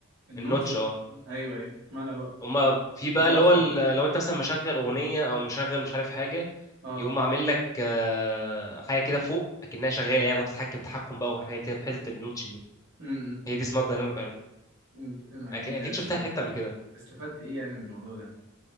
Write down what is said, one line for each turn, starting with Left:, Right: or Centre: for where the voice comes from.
Right: النوتش
Left: النوتش اه
Right: ايوه ايوه مالها بقى
Left: هما في
Right: بتبقى
Left: بقى اللي هو
Right: اصغر
Left: ال- لو انت مثلا مشغل اغنيه او مشغل مش عارف حاجه
Right: اه
Left: يقوم عامل لك آه، حاجه كده فوق اكنها شغاله يعني بتتحكم تحكم بقى وحاجه كده في حته النوتش دي
Right: امم
Left: هي دي اسمها الدايناميك ايلاند
Right: انت- يعني
Left: اكيد أكيد
Right: استف...
Left: شفتها في حته قبل كده
Right: استفدت ايه يعني من الموضوع ده